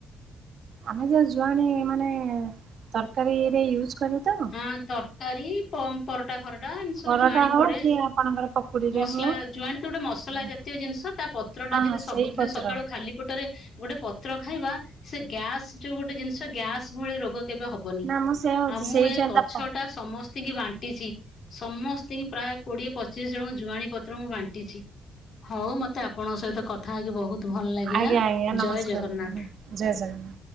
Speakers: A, on the right; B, on the left.
A: ଆମେ ଯୋଉ ଯୁଆଣ ମାନେ ତରକାରୀରେ ୟୁଜ୍ କରେ ତ?
B: ହଁ ତରକାରୀ ପଂ ପରଟା ଫରଟା ଏମିତି ସବୁ
A: ପରଟା
B: ଜୁଆଣି
A: ହଉ
B: ପଡେ
A: କି ଆପଣଙ୍କର ପକୁଡିରେ
B: ମସଲା
A: ହଉ
B: ଜୁଆଣ ତ ଗୋଟେ ମସଲା
A: ହଁ
B: ଜ ତିୟ ଜିନିଷ ତା ପତ୍ର ଟା
A: ହଁ
B: ଯଦି ସବୁଦିନ
A: ସେଇ ପତ୍ର।
B: ସକାଳୁ ଖାଲି ପଟରେ ଗୋଟେ ପତ୍ର ଖାଇବା ସେ ଗ୍ୟାସ୍ ଯୋଉ ଗୋଟେ ଜିନିଷ ଗ୍ୟାସ୍ ଭଳି ରୋଗ କେବେ ହବ ହବନି
A: ନା ମୁଁ ସେଇଆ ଭାବୁଛି
B: ଆଉ ମୁଁ
A: ସେଇ
B: ଏ
A: ଯୋଉ
B: ଗଛ
A: ତା ପ
B: ଟା ସମସ୍ତତି କି ବାଣ୍ଟିଚି। ସମସ୍ତଙ୍କି ପ୍ରାୟ କୋଡିଏ ପଚିଶି ଜଣଙ୍କ ଜୁଆଣୀ ପତ୍ର ମୁଁ ବାଣ୍ଟିଚି। ହଉ ମତେ ଆପଣଙ୍କ ସହିତ କଥା ହେଇକି ବହୁତ ଭଲ ଲାଗିଲା
A: ଆଜ୍ଞା ଆଜ୍ଞା ନମସ୍କାର
B: ଜୟ ଜଗନ୍ନାଥ।
A: ଜୟ ଜଗନ୍ନାଥ।